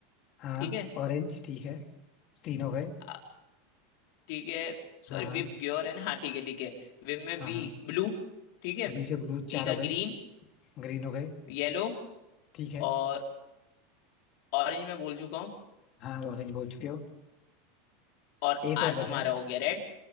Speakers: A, on the left; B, on the left.
A: हाँ
B: ठीक है
A: ऑरेंज ठीक है तीन हो गए
B: आ- ठीक है सॉरी
A: हाँ हाँ
B: विव ग्योर है ना हाँ ठीक है ठीक है विव में
A: हाँ
B: वी
A: हाँ
B: ब्लू ठीक है
A: बी से ब्लू
B: जी
A: चार
B: का
A: हो गए
B: ग्रीन
A: ग्रीन हो गए
B: येलो
A: ठीक है
B: और ऑरेंज मैं बोल चुका हूँ
A: हाँ ऑरेंज बोल चुके हो
B: और
A: एक और
B: आर
A: बच
B: तुम्हारा
A: रहा है
B: हो गया रेड